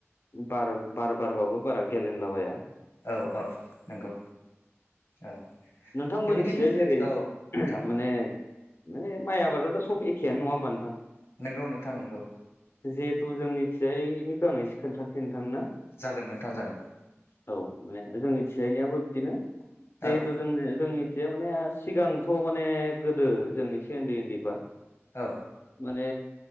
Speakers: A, on the left (about 55°); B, on the left (about 80°).
A: बार बार बारबाबो बारा गेलेेनलाबाया
B: औ औ नंगौ औ।
A: नोंथां
B: बेबायदिनो
A: मोनथिजाय जेरै
B: औ नोंथां
A: माने माने माइ आबादाथ' सब एखेयानो नङा ओमबा नोंथां
B: नोंगौ नोंथां नोंगौ।
A: जिहेथु जोंनिथिजायनिखो आं एसे खोन्थानोसै नोंथां नो
B: जागोन नोंथां जागोन।
A: औ माने जोंनि थिजायनाययाबो बिदिनो जिहेथु
B: औ
A: जों जोंनि जे माने सिगांथ' माने गोदो जों एसे ओन्दै ओन्दैबा
B: औ।
A: माने